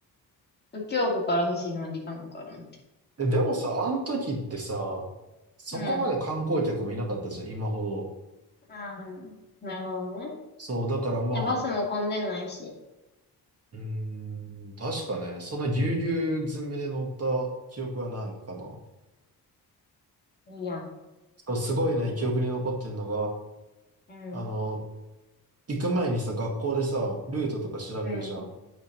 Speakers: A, on the left; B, on the right.
A: 右京区から伏見まで行かなあかんなんて。
B: う。え、でもさ、あの時ってさ、そこまで観光客もいなかったじゃん、
A: うん。
B: 今ほど。
A: ああ、なるほどね。
B: そう、だからまあ、
A: いや、バスも混んでないし。
B: うーん、確かね、そんなぎゅうぎゅう詰めで乗った記憶はないかな。
A: いいやん。
B: そう、すごいね、記憶に残ってんの
A: うん。
B: が、あの、行く前にさ、学校でさ、ルートとか調べるじゃん。
A: うん。